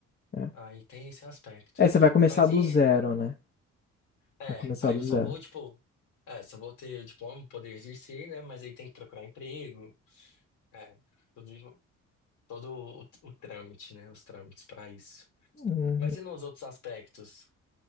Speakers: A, on the left; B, on the left.
A: É.
B: Aí tem esse aspecto.
A: É, você vai começar
B: Mas
A: do
B: e,
A: zero, né?
B: é,
A: Vai começar
B: aí
A: do
B: eu
A: zero.
B: só vou, tipo, é, só vou ter diploma, poder exercer, né? Mas aí tem que procurar emprego, é, tudo isso. Todo o, o trâmite, né? Os trâmites para isso.
A: Hum,
B: Mas e nos outros aspectos?